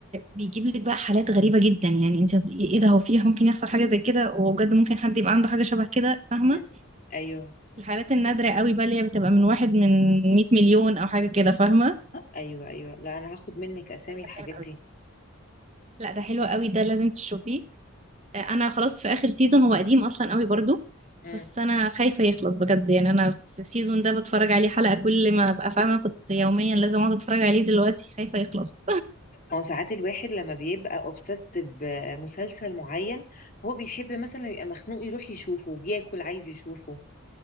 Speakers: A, on the right; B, on the left.
A: بيجيب لك بقى حالات غريبة جدا يعني انت بت- ايه ده هو فيه ممكن يحصل حاجة زي كده وبجد ممكن حد يبقى عنده حاجة شبه كده فاهمة
B: مم. ايوه
A: الحالات النادرة قوي بقى اللي هي بتبقى من واحد من 100 مليون او حاجة كده فاهمة
B: ايوه ايوه لا انا هاخد منك اسامي
A: مسلسل
B: الحاجات
A: جامد قوي
B: دي
A: لا ده حلو قوي ده لازم تشوفيه انا خلاص في اخر سيزون هو قديم اصلا قوي برضو
B: مم.
A: بس انا خايفه يخلص بجد يعني انا في السيزون ده بتفرج عليه حلقه كل ما ابقى فاهمه كنت يوميا لازم اقعد اتفرج عليه دلوقتي خايفه يخلص
B: هو ساعات الواحد لما بيبقى obsessed بمسلسل معين هو بيحب مثلا يبقى مخنوق يروح يشوفه بياكل عايز يشوفه